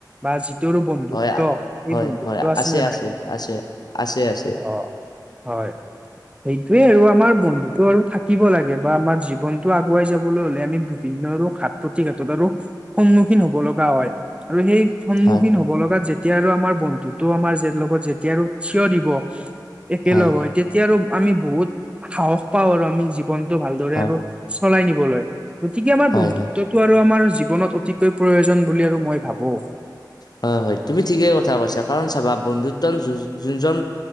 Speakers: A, on the right (about 15°); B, on the left (about 60°).
A: বা যিটোৰ বন্ধুত্ব
B: হয়,
A: সেই
B: হয়,
A: বন্ধুত্ব
B: হয়,
A: আছেনে
B: আছে,
A: নাই?
B: আছে, আছে, আছে, আছে,
A: অঁ। হয় সেইটোৱে আৰু আমাৰ বন্ধুত্ব টো আৰু থাকিব লাগে বা আমাৰ জীৱনটো আগুৱাই যাবলৈ হলে আমি বিভিন্ন আৰু ঘাত প্ৰতিঘাতত আৰু সন্মুখীন হ'ব লগা হয়, আৰু সেই সন্মুখীন
B: হয়।
A: হ'ব লগা যে তেতিয়া আৰু আমাৰ বন্ধুটো আমাৰ যে লগত যেতিয়া আৰু থিয় দিব একেলগ
B: হয়,
A: হৈ তেতিয়া আৰু আমি বহুত সাহস পাওঁ আৰু আমি জীৱনটো ভালদৰে
B: হয়,
A: আৰু চলাই নিবলৈ, গতিকে আমাৰ
B: হয়,
A: বন্ধুত্ব
B: হয়,
A: টো আৰু আমাৰ জীৱনত অতিকৈ প্ৰয়োজন বুলি আৰু মই ভাবো।
B: হয় হয় তুমি ঠিকেই কথা কৈছা, কাৰণ চাবা বন্ধুত্ব য যোনজন